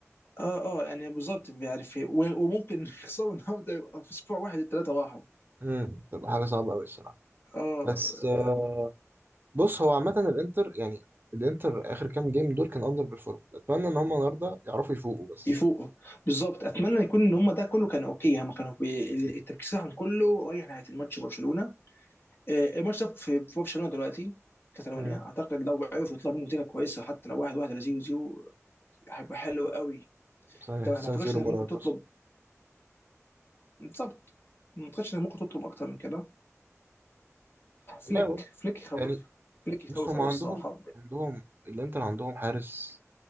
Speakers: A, on the left (about 45°); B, on the right (about 40°).
A: اه اه يعني بالظبط يعني في و- وممكن <laughs> يخسروا النهارده يبقى في اسبوع واحد الثلاثه راحوا
B: امم تبقى حاجه صعبه قوي الصراحه
A: اه
B: بس آه، بص هو عامه الانتر يعني الانتر اخر كام جيم دول كان اندر بيرفورم اتمنى ان هم النهارده يعرفوا يفوقوا بس
A: يفوقوا بالظبط اتمنى يكون ان هم ده كله كان اوكي يعني هم كانوا بي- التركيز بتاعهم كله رايح ناحيه الماتش برشلونه آه، الماتش ده في في برشلونه دلوقتي كاتالونيا
B: امم
A: اعتقد لو عرفوا يطلعوا منه نتيجه كويسه حتى لو واحد واحد ولا زيرو زيرو هيبقى حلو قوي
B: صحيح
A: انت ما
B: سان
A: ما اعتقدش
B: سيرو
A: انك
B: مرعب
A: ممكن تطلب
B: بس
A: بالظبط ما اعتقدش انك ممكن تطلب اكتر من كده
B: والله
A: فليك
B: بص
A: فليك يخوف
B: يعني
A: فليك يخوف
B: بص هم
A: قوي
B: عندهم
A: الصراحه
B: عندهم الانتر عندهم حارس